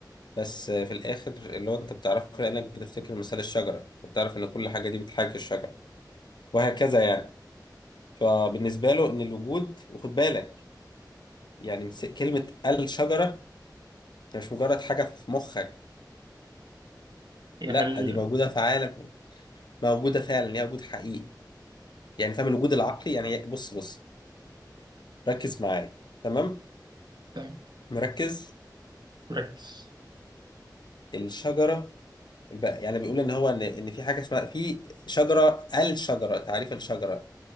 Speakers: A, on the left (about 75°); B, on the right (about 75°).
A: بس في الآخر اللي هو أنت بتعرفه لأنك بتفتكر مثال الشجرة وبتعرف إن كل حاجة دي بتحاكي الشجرة وهكذا يعني فبالنسبة له إن الوجود وخد بالك يعني مس- كلمة الشجرة هي مش مجرد حاجة في مخك
B: هي
A: لا
B: هل
A: دي موجودة في عالم موجودة فعلا هي وجود حقيقي يعني فاهم الوجود العقلي يعني بص بص ركز معايا تمام
B: تمام
A: مركز
B: مركز
A: الشجرة بقى يعني بيقول إن هو إن إن في حاجة اسمها في شجرة الشجرة تعريف الشجرة